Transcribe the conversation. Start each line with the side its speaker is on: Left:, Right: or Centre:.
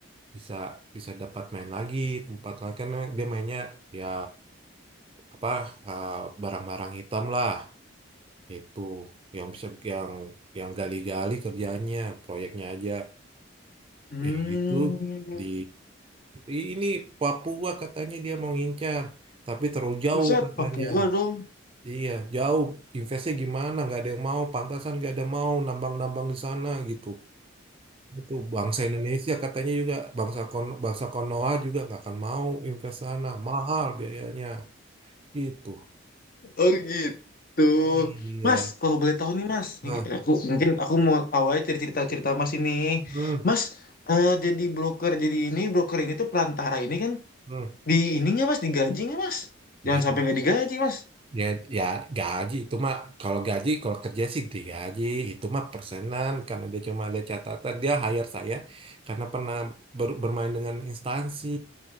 Right: bisa bisa dapat main lagi tempat lain kan dia mainnya ya apa eh, barang-barang hitam lah itu yang bisa yang yang gali-gali kerjanya proyeknya aja
Left: Hmm.
Right: Eh, itu di i- ini Papua katanya dia mau ngincar tapi terlalu jauh
Left: Terusnya
Right: katanya
Left: Papua dong.
Right: iya jauh investnya gimana nggak ada yang mau pantasan nggak ada mau nambang-nambang di sana gitu itu bangsa Indonesia katanya juga bangsa kon bangsa Konoha juga nggak akan mau invest sana mahal biayanya gitu
Left: Oh, gitu.
Right: iya
Left: Mas, kalau boleh tahu nih, Mas.
Right: nah
Left: Nih, Aku mungkin aku mau tahu aja cerita-cerita Mas ini.
Right: hmm.
Left: Mas, eh, jadi broker jadi ini, broker ini tuh perantara ini kan
Right: hmm.
Left: Di ininya mas, digaji nggak mas?
Right: Ya,
Left: Jangan sampai nggak digaji mas.
Right: ya, ya gaji itu mah kalau gaji kalau kerja sih digaji itu mah persenan karena dia cuma ada catatan dia hire saya karena pernah ber- bermain dengan instansi.